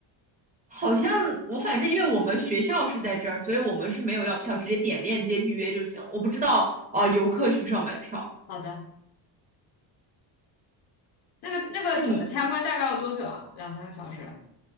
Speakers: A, on the right; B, on the left.
A: 好像我反正因为我们学校是在这儿，所以我们是没有要票，直接点链接预约就行。我不知道啊、呃游客需不需要买票？
B: 好的。那个那个整个参观大概要多久啊？
A: 那你
B: 两三个小时啊？